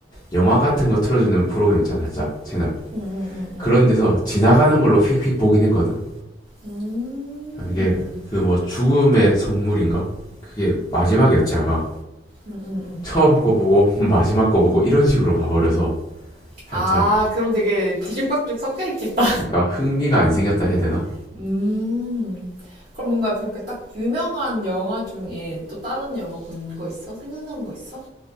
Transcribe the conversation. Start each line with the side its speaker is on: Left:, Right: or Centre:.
Left: 영화 같은 거 틀어주는 프로그램 있잖아 살짝 채널
Right: 응응응응.
Left: 그런 데서 지나가는 걸로 휙휙 보긴 했거든.
Right: 음.
Left: 이게 그 뭐 죽음의 성물인가? 그게 마지막이었지 아마.
Right: 음음음.
Left: 처음 거 보고 <laughs> 마지막 거 보고 이런 식으로 봐버려서 살짝
Right: 아, 그럼 되게 뒤죽박죽 섞여 있겠다.
Left: 그러니까 흥미가 안 생겼다 해야 되나?
Right: <laughs> 음. 그럼 뭔가 그렇게 딱 유명한 영화 중에 또 다른 영화 본 거 있어? 생각나는 거 있어?